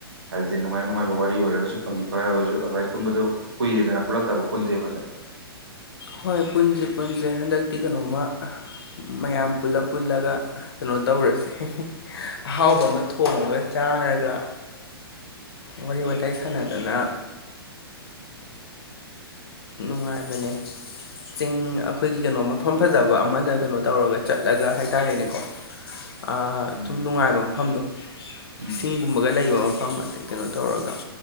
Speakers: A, on the right; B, on the left.
A: ꯍꯥꯏꯕꯗꯤ ꯅꯨꯡꯉꯥꯏ ꯅꯨꯡꯉꯥꯏꯕ ꯋꯥꯔꯤ ꯑꯣꯏꯔꯒꯁꯨ ꯐꯥꯒꯤ ꯐꯒꯥꯏꯔꯒꯁꯨ ꯑꯗꯨꯃꯥꯏꯅ ꯄꯨꯟꯕꯗꯨ ꯀꯨꯏꯔꯦꯗꯅ ꯄꯨꯜꯂꯛꯇꯕ ꯄꯨꯟꯖꯦꯕꯟꯗꯛ
B: ꯍꯣꯏ ꯄꯨꯟꯁꯦ ꯄꯨꯟꯁꯦ ꯍꯟꯗꯛꯇꯤ ꯀꯩꯅꯣꯃ ꯃꯌꯥꯝ ꯄꯨꯜꯂ ꯄꯨꯜꯂꯒ ꯀꯩꯅꯣ ꯇꯧꯔꯁꯦ ꯑꯍꯥꯎꯕ ꯑꯃ ꯊꯣꯡꯉꯒ ꯆꯥꯔꯒ ꯋꯥꯔꯤ ꯋꯥꯋꯇꯥꯏ ꯁꯥꯟꯅꯗꯅ ꯅꯨꯡꯉꯥꯏꯕꯅꯦ ꯆꯤꯡ ꯑꯩꯈꯣꯏꯒꯤ ꯀꯩꯅꯣ ꯃꯐꯝ ꯐꯖꯕ ꯑꯃꯗ ꯀꯩꯅꯣ ꯇꯧꯔꯒ ꯆꯠꯂꯒ ꯍꯥꯏꯇꯥꯔꯦꯅꯦꯀꯣ
A: <inaudible>
B: ꯑꯗꯨꯝ
A: ꯎꯝ
B: ꯅꯨꯡꯉꯥꯏꯕ ꯃꯐꯝꯗꯣ
A: ꯎꯝ
B: ꯁꯤꯡꯒꯨꯝꯕꯒ ꯂꯩꯕ ꯃꯐꯝ ꯑꯇꯩ ꯀꯩꯅꯣ ꯇꯧꯔꯒ